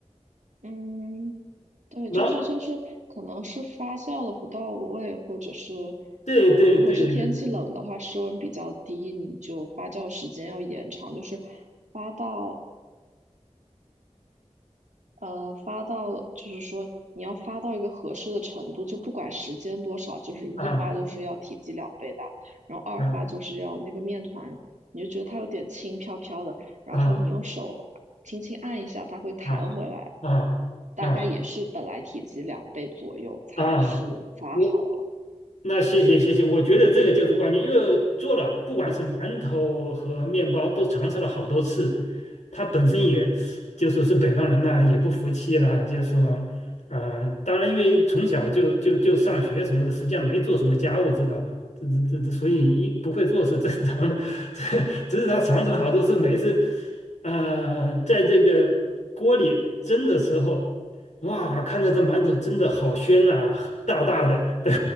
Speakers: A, on the right (about 85°); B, on the left (about 75°).
A: 嗯，对，
B: 然后，
A: 就是就是，可能是发酵的不到位，或者是，
B: 对对对对，
A: 呃，如果是天气冷的话，室温比较低，你就发酵时间要延长，就是发到呃发到，就是说你要发到一个合适的程度，就不管时间多少，就是一发就是要体积两倍大，
B: 啊
A: 然后二发就是要那个面团，
B: 啊
A: 你就觉得它有点轻飘飘的，然后你用手轻轻按一下，
B: 啊
A: 它会弹回来。
B: 啊啊啊！
A: 大概也是本来体积两倍左右才是发好了。
B: 啊，我那谢谢谢谢，我觉得这个就是关键，因为做了不管是馒头和面包都尝试了好多次，他本身也就说是北方人嘛，也不服气了，就说呃，当然因为从小就就就上学什么的，实际上没做什么家务，知道吧？这这这这，所以一不会做是正常的，<laughs> 这只是他尝试了好多次，每一次呃，在这个锅里蒸的时候。哇，看着这馒头真的好鲜呐、大大的。<laughs> 等